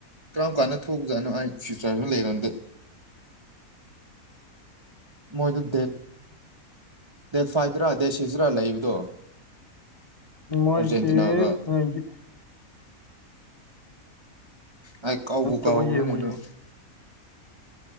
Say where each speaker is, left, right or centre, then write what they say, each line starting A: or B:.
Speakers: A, on the right; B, on the left.
A: ꯀꯔꯝ ꯀꯥꯟꯗ ꯊꯣꯛꯎꯖꯥꯠꯅꯣ ꯑꯩ ꯐ꯭ꯌꯨꯆꯔ ꯏꯔꯟ ꯃꯣꯏꯗ ꯗꯦꯠ ꯗꯦꯠ ꯐꯥꯏꯚꯇꯔꯥ ꯗꯦꯠ ꯁꯤꯛꯁꯇꯔꯥ ꯂꯩꯕꯗꯣ
B: ꯃꯥꯏꯒꯤꯦ
A: ꯑꯥꯔꯖꯦꯟꯇꯤꯅꯥꯒ
B: ꯃꯥꯏꯒꯤ
A: ꯑꯩ ꯀꯥꯎꯕ ꯀꯥꯎꯅꯤꯅꯦ
B: ꯇꯕꯨ ꯌꯦꯡꯕꯨ
A: ꯑꯗꯨꯣ